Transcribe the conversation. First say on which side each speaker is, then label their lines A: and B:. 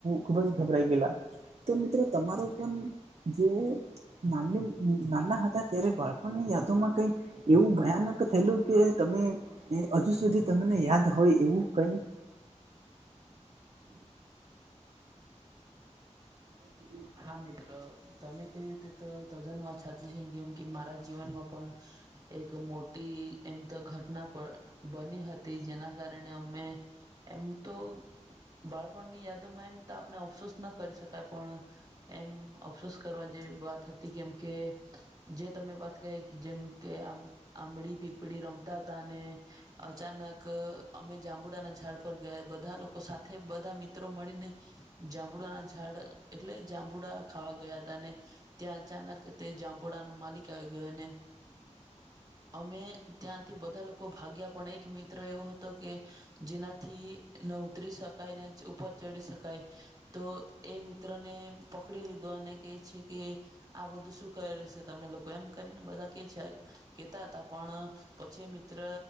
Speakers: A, on the right (about 60°); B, on the right (about 30°).
A: ખુબ જ ગભરાઈ ગેલા તો મિત્રો તમારો પણ જો ના નાના હતા ત્યારે બાળપણની યાદોમાં કઈ એવું ભયાનક થયેલું કે તમે હજુ સુધી તમને યાદ હોય એવું કઈ <inaudible>
B: હા મિત્ર તમે ક્યું તેતો તદ્દન વાત હાચી છે કેમ કે મારા જીવનમાં પણ એક મોટી એમ તો ઘટના પર બની હતી જેના કારણે અમે એમ તો બાળપણની યાદોમાં એમ તો આપણે અફસોસ ના કરી શકાય પણ એમ અફસોસ કરવા જેવી વાત હતી કેમ કે જે તમે વાત કરી જેમ કે આ આંબડી પીપળી રમતા હતા અને અચાનક અમે જાંબુડાના ઝાડ પર ગયા બધા લોકો સાથે બધા મિત્રો મળીને જાંબુ ના ઝાડ એટલે જાંબુડા ખાવા ગયા હતા ને ત્યાં અચાનક તે જાંબુડા નો માલિક આવી ગયો અને અમે ત્યાંથી બધા લોકો ભાગ્યા, પણ એક મિત્ર એવો હતો કે, જેના થી ન ઉતરી શકાય, ને ઉપર ચડી શકાય. તો એ મિત્રને પકડી લીધો, અને કે છે કે આ બધું શું કર્યું સે તમે લોકો એ, એમ કરીને બધા કેચાય કેતા હતા, પણ પછી એ મિત્ર